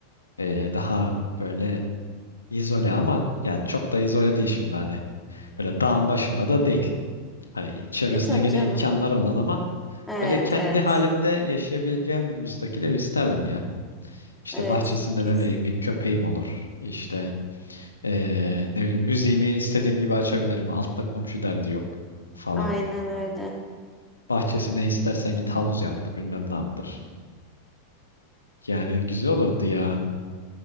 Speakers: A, on the left; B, in the centre.
A: e, daha böyle izole ama ya çok da izole değil şimdi hani. Böyle dağın başında da değil. Hani çevresine
B: E tabii
A: gene
B: canım.
A: imkanları olan ama
B: Evet
A: Böyle kendi
B: evet.
A: halimde yaşayabileceğim bir müstakil ev isterdim ya. İşte
B: Evet.
A: bahçesinde
B: Kes.
A: ne bileyim bir köpeğim olur. İşte eee, ne bileyim müziğimi istediğim gibi açabilirim. Altta komşu derdi yok falan.
B: Aynen öyle.
A: Bahçesi ne istersen git havuz yaptır bilmem ne yaptır. Yani güzel olurdu ya.